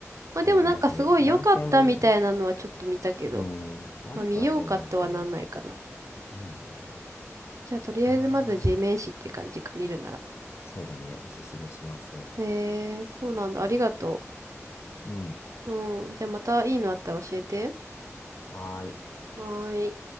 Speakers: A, on the right; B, on the left.
A: まあでもなんかすごい良かったみたいなのはちょっと見たけど、
B: あれだし、男性も見ない。うん、悪くはないんだろうけど、
A: まあ見ようかとはなんないかな。
B: なんないよね。
A: じゃあとりあえずまず
B: その辺も、
A: G 面誌って感じか、見るなら。
B: そうだね、おすすめします。
A: へえ、そうなんだ。ありがと
B: うん。
A: う。うん。じゃあまたいいのあったら教えて。
B: はーい。
A: はーい。